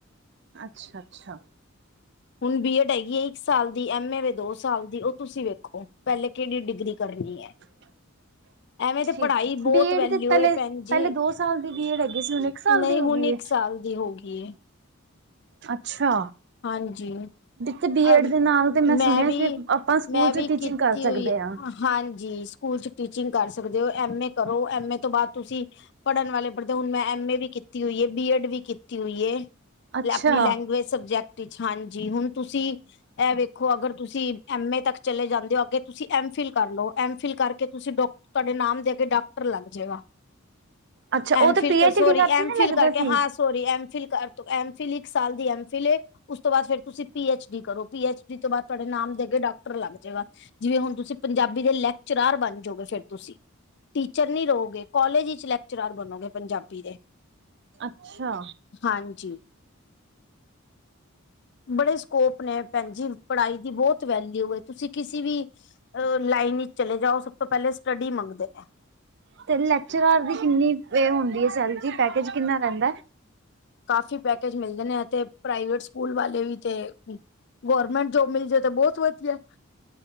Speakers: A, on the right; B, on the left.
A: ਅੱਛਾ-ਅੱਛਾ।
B: ਹੁਣ ਬੀ ਐਡ ਹੈਗੀ ਏ ਇੱਕ ਸਾਲ ਦੀ, ਐਮ ਏ ਵੇ ਦੋਸ ਸਾਲ ਦੀ ਉਹ ਤੁਸੀਂ ਵੇਖੋ, ਪਹਿਲੇ ਕਿਹੜੀ ਡਿਗਰੀ ਕਰਨੀ ਹੈ।
A: <inaudible>
B: ਐਵੇਂ ਤੇ
A: ਠੀਕ
B: ਪੜ੍ਹਾਈ, ਬਹੁਤ
A: ਬੀਏਡ
B: ਵੈਲਿਊ
A: ਤੇ ਪਹਿਲੇ
B: ਏ ਭੈਣ
A: ਪਹਿਲੇ
B: ਜੀ।
A: ਦੋ ਸਾਲ ਦੀ ਬੀਏਡ ਹੈਗੀ ਸੀ ਹੁਣ ਇੱਕ ਸਾਲ
B: ਨਹੀਂ
A: ਦੀ ਹੋ
B: ਹੁਣ
A: ਗਈ
B: ਇੱਕ
A: ਹੈ
B: ਸਾਲ ਦੀ ਹੋਗੀ ਏ
A: ਅੱਛਾ।
B: ਹਾਂਜੀ।
A: ਤੇ ਬੀਏਡ
B: <unintelligible>
A: ਦੇ ਨਾਲ ਤੇ
B: ਮੈਂ
A: ਸੁਣਿਆ
B: ਵੀ,
A: ਸੀ ਆਪਾਂ ਸਕੂਲ
B: ਮੈਂ
A: ਚ
B: ਵੀ
A: ਟੀਚਿੰਗ
B: ਕੀਤੀ
A: ਕਰ ਸਕਦੇ
B: ਹੋਈ ਏ
A: ਹਾਂ।
B: ਹਾਂਜੀ ਸਕੂਲ ਚ ਟੀਚਿੰਗ ਕਰ ਸਕਦੇ ਹੋ, ਐਮ ਏ ਕਰੋ ਐਮ ਏ ਤੋਂ ਬਾਅਦ ਤੁਸੀਂ, ਪੜ੍ਹਨ ਵਾਲੇ ਹੁਣ ਦੋ ਮੈਂ ਐਮ ਏ ਵੀ ਕੀਤੀ ਹੋਈ ਏ, ਬੀ ਐਡ ਵੀ ਕੀਤੀ ਹੋਈ ਏ।
A: ਅੱਛਾ।
B: ਆਪਣੀ ਲੈਂਗੁਏਜ ਸਬਜੈਕਟ ਤੇ ਛਾਂਜੀ ਹੁਣ ਤੁਸੀਂ ਇਹ ਵੇਖੋ ਅਗਰ ਤੁਸੀਂ, ਐਮ ਏ ਤੱਕ ਚਲੇ ਜਾਂਦੇ ਹੋ ਅੱਗੇ ਤੁਸੀਂ ਐਮ ਫਿਲ ਕਰ ਲਓ, ਐਮ ਫਿਲ ਕਰਕੇ ਤੁਸੀਂ ਡੋਕ ਤੁਹਾਡੇ ਨਾਮ ਦੇ ਅਗੇ ਡਾਕਟਰ ਲੱਗ ਜਾਏਗਾ।
A: ਅੱਛਾ
B: ਆਮ
A: ਉਹ ਤੇ
B: ਫਿਲ
A: ਪੀ ਐਚ
B: ਏ ਸੋਰੀ,
A: ਡੀ ਕਰਕੇ
B: ਐਮ
A: ਨਾ
B: ਫਿਲ
A: ਲੱਗਦਾ
B: ਕਰਕੇ
A: ਸੀ।
B: ਹਾਂ। ਸੋਰੀ ਐਮ ਫਿਲ ਕਰਤੁ, ਐਮ ਫਿਲ ਇੱਕ ਸਾਲ ਦੀ ਐਮ ਫਿਲ ਏ, ਉਸ ਤੋਂ ਬਾਅਦ ਫਿਰ ਤੁਸੀਂ ਪੀ ਐਚ ਡੀ ਕਰੋ। ਪੀ ਐਚ ਡੀ ਤੋਂ ਬਾਅਦ ਤੁਹਾਡੇ ਨਾਮ ਦੇ ਅੱਗੇ ਡਾਕਟਰ ਲੱਗ ਜਾਏਗਾ। ਜਿਵੇ ਹੁਣ ਤੁਸੀਂ ਪੰਜਾਬੀ ਦੇ ਲੈਕਚਰਾਰ ਬਣ ਜੋਗੇ ਫਿਰ। ਤੁਸੀਂ, ਟੀਚਰ ਨੀ ਰਹੋਗੇ ਕਾਲਜ ਵਿੱਚ ਲੈਕ ਚਰਾਰ ਬਣੋਗੇ ਪੰਜਾਬੀ ਦੇ,
A: ਅੱਛਾ।
B: ਹਾਂਜੀ। ਬੜੇ ਸਕੋਪ ਨੇ ਭੈਣ ਜੀ, ਪੜਾਈ ਦੀ ਬਹੁਤ ਵੈਲਿਊ ਏ ਤੁਸੀਂ ਕਿਸੀ ਵੀ, ਅ ਲਾਈਨ ਇਚ ਚਲੇ ਜਾਓ ਸਭ ਤੋਂ ਪਹਿਲੇ ਸਟੱਡੀ ਮੰਗਦੇ ਨੇ।
A: ਤੇ ਲੈਕਚਰਾਰ ਦੀ ਕਿੰਨੀ, ਪੇ ਹੁੰਦੀ ਹੈ ਸੈਲਰੀ ਪੈਕੇਜ ਕਿੰਨਾ ਰਹਿੰਦਾ
B: ਕਾਫੀ ਪੈਕੇਜ ਮਿਲਦੇ ਨੇ ਐ ਤੇ, ਪ੍ਰਾਈਵੇਟ ਸਕੂਲ ਵਾਲੇ ਵੀ ਤੇ ਗੋਰਮਿੰਟ ਜੋਬ ਮਿਲ ਜਾਏ ਤੇ ਬਹੁਤ ਵਧੀਆ।